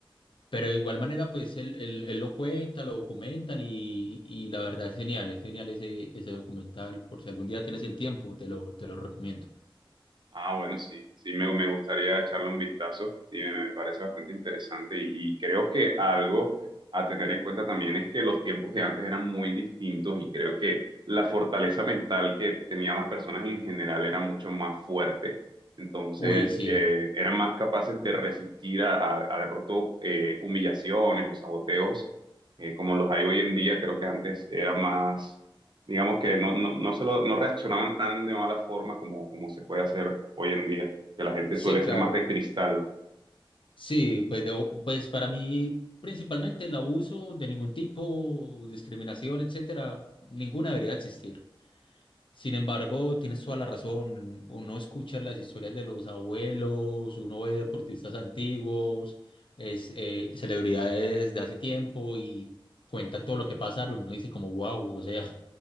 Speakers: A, on the left (about 70°); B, on the right (about 60°).
A: Pero de igual manera, pues él, él- él lo cuenta, lo documentan y, y la verdad es genial, es genial ese, ese documental, por si algún día tienes el tiempo, te lo, te lo recomiendo.
B: Ah, bueno, sí, sí, me, me gustaría echarle un vistazo, sí, me, me parece bastante interesante y, y creo que algo a tener en cuenta también es que los tiempos de antes eran muy distintos y creo que la fortaleza mental que tenían las personas en general era mucho más fuerte, entonces
A: Uy, sí,
B: eh, eran más capaces de resistir a, a- a de pronto eh, humillaciones o saboteos eh, como los hay hoy en día, creo que antes era más digamos que no, no, no, se lo- no reaccionaban tan de mala forma como, como se puede hacer hoy en día, que la gente
A: sí,
B: suele
A: claro.
B: ser más de cristal.
A: Sí, pues, lo- pues para mí, principalmente el abuso de ningún tipo, discriminación, etcétera, ninguna debería existir. Sin embargo, tienes toda la razón. Uno escucha las historias de los abuelos, uno ve deportistas antiguos, es, eh, celebridades de hace tiempo y cuentan todo lo que pasaron. Uno dice como, wow, o sea,